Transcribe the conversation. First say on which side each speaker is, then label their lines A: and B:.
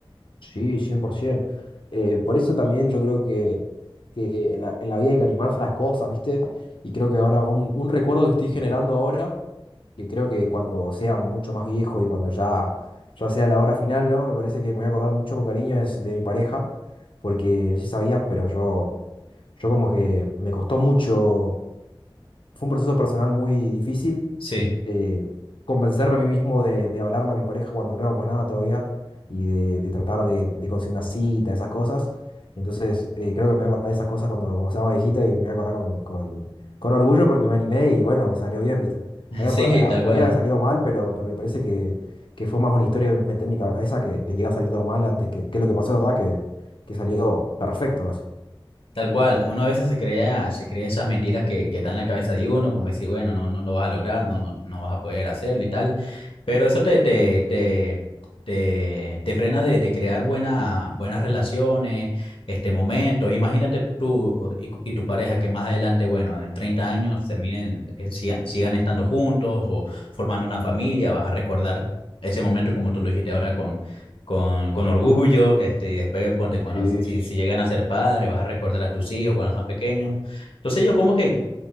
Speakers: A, on the left; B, on the left.
A: Sí, 100%. Eh, por eso también yo creo que, que en la, en la vida hay que animarse a las cosas, ¿viste? Y creo que ahora un, un recuerdo que estoy generando ahora que creo que cuando sea mucho más viejo y cuando ya, ya sea la hora final, ¿no? Me parece que me voy a acordar mucho con cariño es de mi pareja, porque sí sabías, pero yo, yo como que me costó mucho, fue un proceso personal muy difícil
B: Sí,
A: eh, convencerme a mí mismo de, de hablarle a mi pareja cuando no éramos nada todavía y de, de tratar de, de conseguir una cita, esas cosas. Entonces, eh, creo que me voy a acordar de esas cosas cuando, cuando sea más viejita y me voy a acordar con, con, con orgullo porque me animé y bueno, me salió bien, ¿viste?
B: <laughs>
A: Había
B: sí,
A: po- había-
B: tal
A: podía
B: cual.
A: haber salido mal, pero, pero me parece que, que fue más una historia que me metí en mi cabeza que, de que iba a salir todo mal antes que, que lo que pasó, de ¿verdad? Que, que salió perfecto casi.
B: Tal cual, uno a veces se crea, se crea esas mentiras que, que están en la cabeza de uno, como decir, bueno, no, no lo vas a lograr, no, no, no vas a poder hacerlo y tal, pero eso te, te, te, te, te frena de, de crear buena, buenas relaciones, este, momentos. Imagínate tú y, y tu pareja que más adelante, bueno, en 30 años terminen, eh, sigan, sigan estando juntos o formando una familia, vas a recordar ese momento como tú lo dijiste ahora con, con, con orgullo, este, y después ponte, cuando
A: Sí,
B: si,
A: sí,
B: si
A: sí.
B: llegan a ser padres, vas a recordar a tus hijos cuando son pequeños. Entonces yo como que